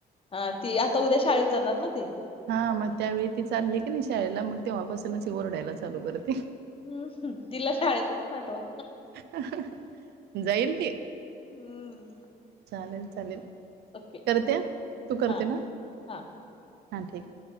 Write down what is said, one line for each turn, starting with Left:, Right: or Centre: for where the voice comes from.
Left: हां ती आता उद्या शाळेत जाणार ना ती?
Right: हां म त्यावेळी ती चालली क नाई शाळेला मग तेव्हापासूनच हि ओरडायला चालू करते.
Left: हम् हम तिला शाळेत पण पाठवा.
Right: अ हं हं जाईल ती
Left: हम्म.
Right: चालेल चालेल.
Left: ओके
Right: काय बोलते तू करते
Left: हा
Right: ना
Left: हा.
Right: हा ठीक.